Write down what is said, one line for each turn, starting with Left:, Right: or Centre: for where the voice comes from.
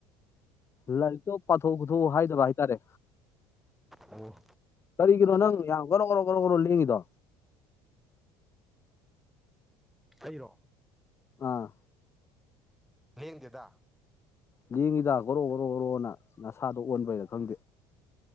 Left: ꯂꯥꯏꯔꯤꯛꯇꯣ ꯄꯥꯊꯣꯛ ꯄꯨꯣꯊꯣꯛꯎ ꯍꯥꯏꯗꯕ ꯍꯥꯏꯇꯥꯔꯦ
Centre: ꯑꯣ
Left: ꯀꯔꯤꯒꯤꯅꯣ ꯅꯪ ꯌꯥꯝ ꯔꯣ ꯭ꯔꯣ ꯔꯣ ꯭ꯔꯣ ꯂꯦꯡꯉꯤꯗꯣ
Centre: ꯑꯩꯔꫭ
Left: ꯑꯥ
Centre: ꯊꯦꯡꯗꯦꯗ
Left: ꯂꯦꯡꯉꯤꯗ ꯒꫭꯔꫭ ꯒꫭꯔꫭ ꯒꫭꯔꫭꯅ ꯅꯠ ꯁꯥꯗꯣ ꯑꯣꯟꯕꯩꯔ ꯈꯪꯗꯦ